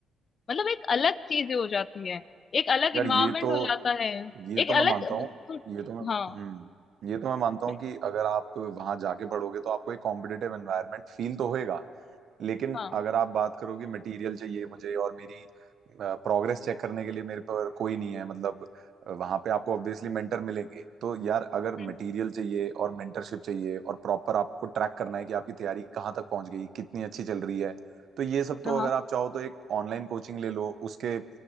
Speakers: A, on the left; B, on the right.
A: मतलब एक अलग चीजें हो जाती है एक अलग
B: यार
A: इन्वायरमेंट
B: ये तो
A: हो जाता है
B: ये
A: एक
B: तो मैं
A: अलग
B: मानता
A: मतलब
B: हूँ
A: तुम
B: ये तो मैं
A: हाँ
B: हम्म ये तो मैं मानता
A: बिल-
B: हूँ कि अगर आप वहां जाके पढ़ोगे तो आपको एक कॉम्पिटिटिव एनवायरनमेंट फील तो होएगा लेकिन
A: हाँ
B: अगर आप बात करोगे मटेरियल चाहिए मुझे और मेरी प्रोग्रेस चेक करने के लिए मेरे पर कोई नहीं है मतलब वहां पे आपको ऑब्वियसली मेंटर मिलेंगे तो यार अगर
A: हम्म,
B: मटेरियल चाहिए और मेंटरशिप चाहिए और प्रॉपर आपको ट्रैक करना है कि आपकी तैयारी कहाँ तक पहुंच गई कितनी अच्छी चल रही है तो ये सब तो
A: हाँ
B: अगर आप चाहो तो एक ऑनलाइन कोचिंग ले लो उसके